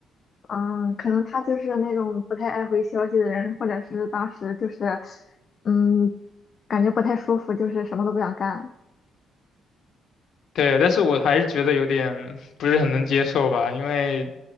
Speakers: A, on the left; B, on the left.
A: 嗯，可能他就是那种不太爱回消息的人，或者是当时就是，嗯，感觉不太舒服，就是什么都不想干。
B: 对，但是我还是觉得有点不是很能接受吧，因为